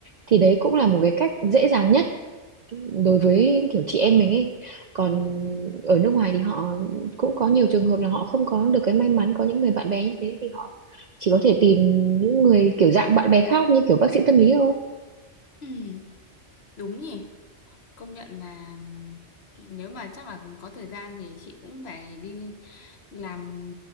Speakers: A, on the right; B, on the left.
A: thì đấy cũng là một cái cách dễ dàng nhất đối với kiểu chị em mình ấy còn ở nước ngoài thì họ cũng có nhiều trường hợp là họ không có được cái may mắn có những người bạn bè như thế thì họ chỉ có thể tìm những người kiểu dạng bạn bè khác như kiểu bác sĩ tâm lý thôi
B: Ừ, đúng nhỉ. Công nhận là nếu mà chắc là có thời gian thì chị cũng phải đi làm